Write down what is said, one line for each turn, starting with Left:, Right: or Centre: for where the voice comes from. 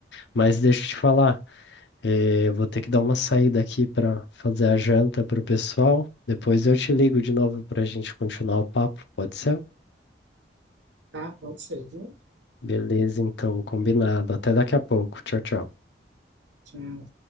Left: Mas deixa eu te falar, eh, eu vou ter que dar uma saída aqui para fazer a janta pro pessoal. Depois eu te ligo de novo para a gente continuar o papo, pode ser?
Right: Tá, pode ser, viu?
Left: Beleza, então, combinado. Até daqui a pouco. Tchau, tchau.
Right: Tchau.